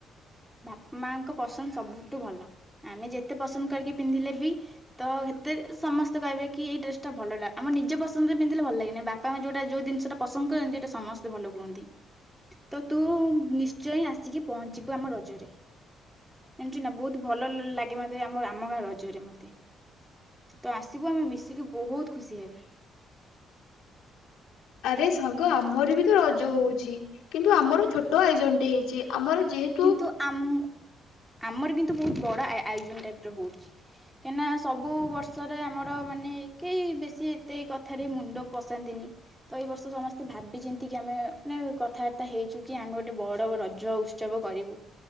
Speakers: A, in the centre; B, on the left.
A: ବାପ ମାଙ୍କ ପସନ୍ଦ ସବୁଠୁ ଭଲ ଆମେ ଯେତେ ପସନ୍ଦ କରିକି ପିନ୍ଧିଲେ ବି। ତ ସେତେ ସମସ୍ତେ କହିବେ କି ଏଇ ଡ୍ରେସଟା ଭଲ ଲା ଆମ ନିଜେ ପସନ୍ଦରେ ପିନ୍ଧିଲେ ଭଲ ଲାଗେନି ବାପା ମା ଯୋଉଟା ଯୋଉ ଜିନିଷଟା। ପସନ୍ଦ କରନ୍ତି ସେଇଟା ସମସ୍ତେ ଭଲ କୁହନ୍ତି। ତ ତୁ ନିଶ୍ଚୟ ଆସିକି ପହଞ୍ଚିବୁ ଆମ ର ଜ ରେ ଜାଣିଛୁ ନା ବହୁତ ଭଲ ଲ ଲାଗେ ମତେ ଆମ ଆମ ଗାଁ ରଜ ରେ ମତେ। ତ ଆସିବୁ ଆମେ ମିଶିକି ବହୁତ ଖୁସି ହେବା।
B: ଆରେ ସାଙ୍ଗ ଆମର ବି ତ ରଜ ହଉଛି କିନ୍ତୁ ଆମର ଛୋଟ ଆୟୋଜନ ଟେ ହେଇଛି ଆମର ଯେହେ
A: କିନ୍ତୁ ଆମ ଆମର କିନ୍ତୁ ବହୁତ ବଡ ଆ ଆୟୋଜନ ଟାଇପ ର ହଉଛି। କାହିଁକିନା ସବୁ ବର୍ଷରେ ଆମର ମାନେ କେହି ବେଶୀ ଏତେ କଥାରେ ମୁଣ୍ଡ ପଶାନ୍ତିନି। ତ ଏଇ ବର୍ଷ ସମସ୍ତେ ଭାବି ଚିନ୍ତିକି ଆମେ ନାଇଁ କଥାବାର୍ତ୍ତା ହେଇଛୁ କି ଆମେ ଗୋଟେ ବଡ ରଜ ଉସ ଉତ୍ସବ କରିବୁ